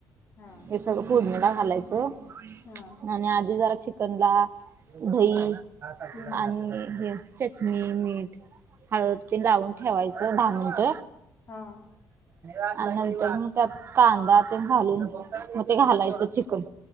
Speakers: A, on the left (about 35°); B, on the right (about 35°).
A: हा
B: हे सगळं फोडणीला घालायचं
A: हा
B: आणि आधी जरा चिकनला दही
A: हम्म
B: आणि हे चटणी, मीठ हळद तेन लावून ठेवायचं दहा मिनट
A: हा
B: आणि नंतर म त्यात कांदा ते घालून म ते घालायचं चिकन